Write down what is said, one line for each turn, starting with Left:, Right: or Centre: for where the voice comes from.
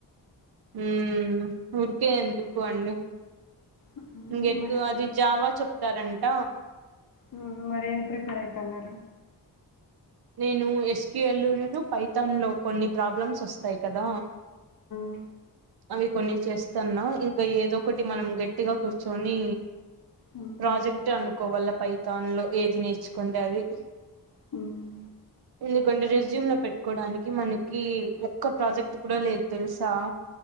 Right: ఉ ఊరికే ఎందుకు అండి
Left: మ్మ్.
Right: ఇంకెటు
Left: మరి
Right: అది జావా చెప్తారంట
Left: మ్మ్. మరి ఏది ప్రిపేర్ అయితాన్నారు
Right: నేను ఎస్క్యూఎల్ పైథాన్ లో కొన్ని ప్రాబ్లమ్స్ వస్తాయి కదా
Left: అ
Right: అవి కొన్ని చేస్తాన్నా ఇంకా ఏదో ఒకటి మనం గట్టిగా కూర్చొని
Left: మ్మ్.
Right: ప్రాజెక్ట్ అనుకోవల పైతాన్ లో ఏది నేర్చుకుంటే అది
Left: మ్మ్.
Right: <inaudible> ఎందుకంటే రిజ్యూమ్ లో పెట్టుకోవడానికి మనకి ఒక్క ప్రాజెక్ట్ కూడా లేదు తెలుసా